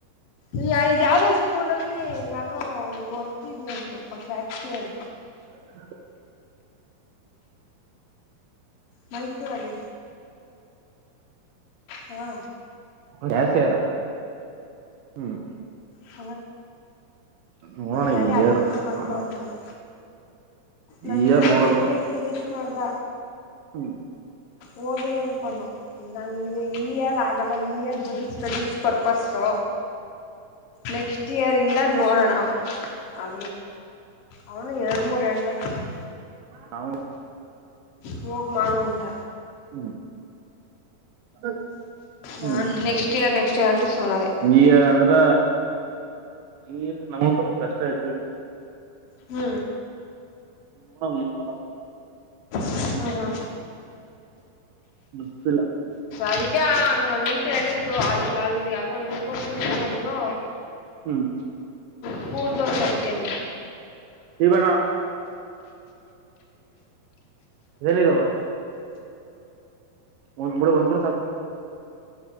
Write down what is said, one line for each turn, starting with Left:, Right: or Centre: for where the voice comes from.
Left: ಈ ಇದ ಯಾವ್ದೋ ಸ್ಕೂಲ ಅಲ್ಲಿ ಯಾವ್ದೋ ವರ್ಕ್ ಇದೆಯಂತೆ ಕ್ಯಾಸಿಯರ್ದು
Right: ಹ
Left: ಮೈಸೂರಲ್ಲಿ ಹ್ಮ
Right: ಕ್ಯಾಸಿ ಯಾರ ಹ್ಮ್
Left: ಹ
Right: ನೋಡೋಣ
Left: ಯಾವೇ
Right: ಈ ಇಯರ್
Left: ಅಡ್ಮಿಷನ್ ಮಾಡ್ಕೊಟಾರ್ದು
Right: ಆಮೇಲೆ
Left: ನನ್
Right: ಈ ಇಯರ್
Left: ಫ್ರೆಂಡ್
Right: ನೋಡೋದು
Left: ನನ್ಗೆಗ್ ಸಜೆಸ್ಟ್ ಮಾಡ್ದ
Right: ಹ್ಮ್
Left: ಹೋಗಿ ನ್ಕೊಂಡು ನಾನ ಇ ಈ ಏರ್ ಆಗಲ್ಲ ಈ ಏರ್ ಬರೀ ಸ್ಟಡೀಸ್ ಪರ್ಪಸ್ಸು ನೆಕ್ಸ್ಟ್ ಇಯರ್ ಇಂದ ನೋಡೋಣಬಿಟ್ಟ ಅ ಅವನು ಎರಡು ಮೂರ್ ಹೇಳ್ದ ನನಗೆ
Right: ಹ
Left: ಹೋಗಿ ಮಾಡುವಂಥ
Right: ಹೂ ಅ ಹ್ಮ್
Left: ನಾನ್ ನೆಕ್ಸ್ಟ್ ಇಯರ್ ನೆಕ್ಸ್ಟ್ ಇಯರ್ ಅಂಟು ಸುಮ್ಮನದೆ
Right: ಈಗಾರಂದ್ರ ಈಗ ನಮ್ ಸ್ವಲ್ಪ ಕಷ್ಟ ಆಯ್ತ
Left: ಹೂ
Right: ಉನವು ಏನ್ ಮಾಡೋ
Left: ಹ್ಮ ಹಾ
Right: ಮತ್ತಲ್ಲ
Left: ಅದಕ್ಕೆಂಗಂತ ಹೇಳಿದ್ದು ಹವಾ ಅಲ್ ಅಲ್ಲಿ ಯಾವ್ದೋ ಇನ್ಪೋಸ ಒಂದು
Right: ಹ್ಮ್
Left: ಸ್ಕೂಲ್ ಒಳ್ಳೆ ಕೇಮ
Right: ಸಿಬೇಣ ಏನಿದು ಒಂದ್ಡ ಒಂದ್ ಕೂಡ ಸಾಲ್